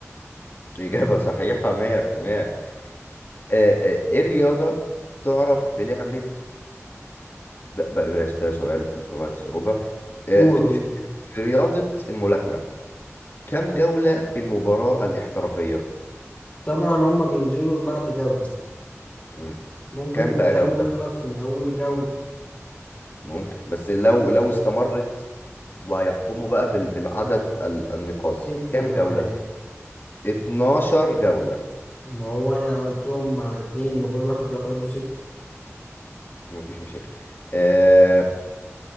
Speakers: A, on the left; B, on the left.
A: إجابة صحيحة 100% آه آه إيه الرياضة تعرف بلعبة لا بل- بلاش ده سؤال في في غاية الصعوبة آه،
B: قول
A: في
B: قول
A: في- في رياضة الملاكمة كم جولة في المباراة الاحترافية؟
B: طبعا هما بينزلوا لبعض جولة
A: مم.
B: ممكن
A: كم
B: الكلام
A: بقى جولة؟
B: يخلص من أول جولة
A: ممكن بس لو لو استمرت وهيحكموا بقى بال- بالعدد ال- النقاط
B: ست
A: كم
B: جولات
A: جولة؟ 12 جولة
B: ما هو أنا عملتهم على اتنين ما كل واحد بياخد له ستة
A: مفيش مشاكل آه،